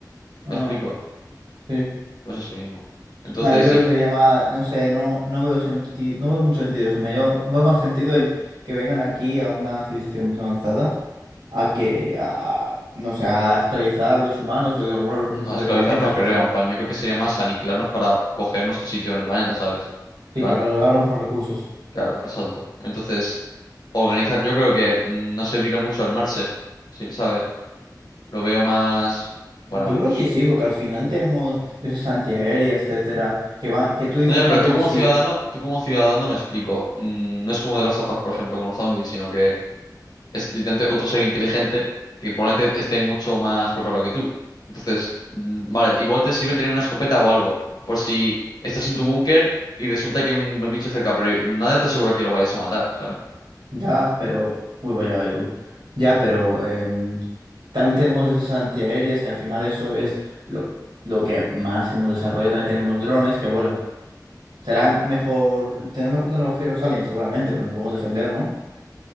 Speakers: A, on the right; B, on the left.
A: Ah,
B: ¿Me explico?
A: sí.
B: Pues eso mismo. Entonces,
A: No, yo creo
B: eh,
A: que sería más, no sé, no, no veo sentido, no veo mucho sentido eso. Me veo, me veo más sentido el que vengan aquí a una civilización más avanzada, a que, a, no sé,
B: u-
A: a esclavizar los humanos o que robar los recursos
B: no, esclavizar
A: del planeta,
B: no
A: etcétera.
B: creo, en plan, yo creo que sería más aniquilarnos para coger nuestro sitio en el planeta, ¿sabes?
A: Sí,
B: En plan,
A: para robar los recursos.
B: claro, exacto. Entonces, organizar, yo creo que mm, no servirá mucho armarse, sí, ¿sabes? Lo veo más. Bueno,
A: Yo
B: pues.
A: creo que sí, porque al final tenemos defensa antiaérea, etcétera, que va, que tú dices
B: No, ya,
A: una
B: pero
A: PEM,
B: tú como
A: sí,
B: ciudadano, tú como ciudadano me explico. Mm, no es como de las of Us, por ejemplo, con los zombies, sino que es literalmente otro ser inteligente que probablemente esté mucho más preparado que tú. Entonces, mm, vale, igual te sirve tener una escopeta o algo, por si estás en tu búnker y resulta que hay un bicho cerca, pero nadie te asegura que lo vayas a matar, ¿sabes?
A: ya, pero... Uy, voy a gallo tú. Ya, pero em, también tenemos defensas antiaéreas, que al final eso es lo, lo que más hemos desarrollado. También tenemos drones, que bueno, serán mejor, tendrán mejor tecnología los aliens, seguramente, pero nos podemos defender, ¿no?